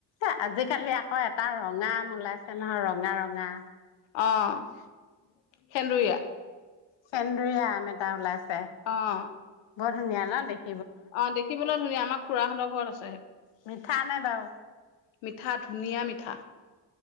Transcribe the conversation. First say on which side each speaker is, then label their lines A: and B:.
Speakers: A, on the left (about 65°); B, on the left (about 80°).
A: এ আজিকালি আকৌ এটা। তাৰ ৰঙা আম ওলাইছে নহয়, ৰঙা-ৰঙা
B: অ' সেন্দুৰীয়া
A: সেন্দুুৰীয়া আম এটা ওলাইছ
B: অহ
A: বৰ ধুনীয়া ন দেখ
B: অ', দেখিবলৈ ধুনীয়া, আমাৰ খুৰাহঁতৰ ঘৰত আছ
A: মিঠা নে বাৰু
B: মিঠা ধুনীয়া মিঠা